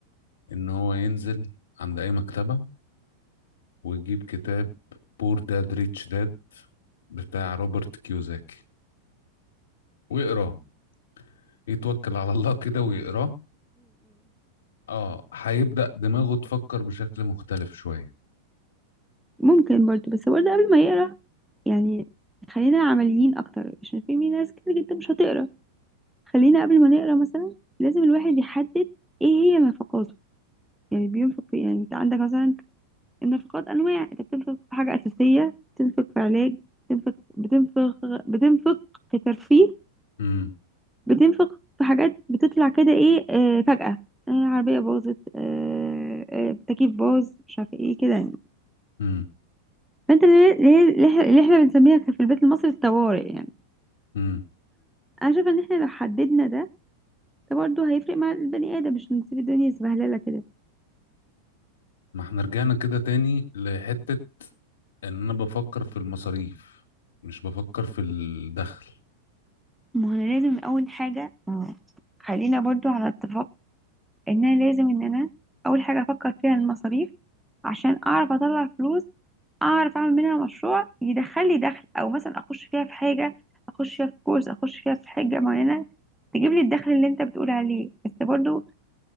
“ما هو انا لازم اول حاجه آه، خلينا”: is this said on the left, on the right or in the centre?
Centre